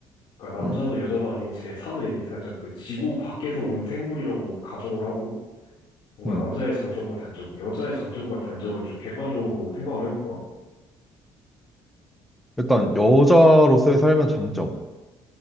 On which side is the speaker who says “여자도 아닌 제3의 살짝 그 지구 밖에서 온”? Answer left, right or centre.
Left